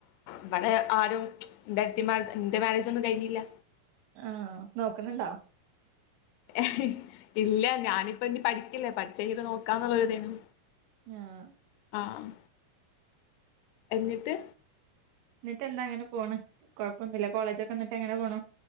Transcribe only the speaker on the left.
ഇവിടെ ആരും ഏട്ടത്തിമാർ എന്റെ മാരേജ് ഒന്നും കഴിഞ്ഞില്ല
ഏഹ് ഇല്ല ഞാനിപ്പോ ഇനി പഠിക്കലേ പഠിച്ചഴിഞ്ഞിട്ട് നോക്കാന്നുള്ളരുതെയ്നി
ആഹ് എന്നിട്ട്